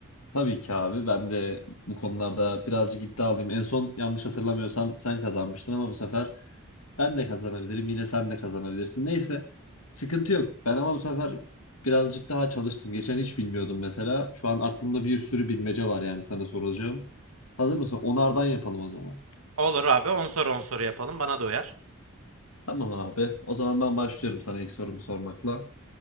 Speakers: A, on the left; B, on the right.
A: Tabii ki abi. Ben de bu konularda birazcık iddialıyım. En son yanlış hatırlamıyorsam sen kazanmıştın ama bu sefer ben de kazanabilirim. Yine sen de kazanabilirsin. Neyse sıkıntı yok. Ben ama bu sefer birazcık daha çalıştım. Geçen hiç bilmiyordum mesela. Şu an aklımda bir sürü bilmece var yani sana soracağım. Hazır mısın? Onardan yapalım o zaman.
B: Olur abi on soru on soru yapalım. Bana da uyar.
A: Tamam abi. O zaman ben başlıyorum sana ilk sorumu sormakla.